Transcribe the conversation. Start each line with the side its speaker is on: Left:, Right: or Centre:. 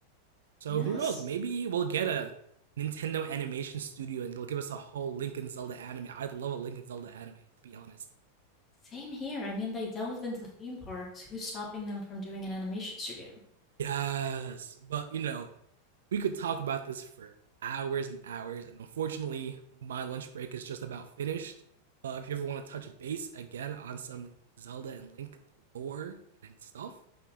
Right: So
Left: Yes.
Right: who knows? Maybe we'll get a Nintendo Animation Studio and they'll give us a whole Link and Zelda anime. I'd love a Link and Zelda anime, to be honest.
Left: Same here. I mean, they delved into theme parks. Who's stopping them from doing an animation studio?
Right: Yes, but you know we could talk about this for hours and hours, and unfortunately, my lunch break is just about finished. Uh, if you ever want to touch base again on some Zelda and Link lore and stuff,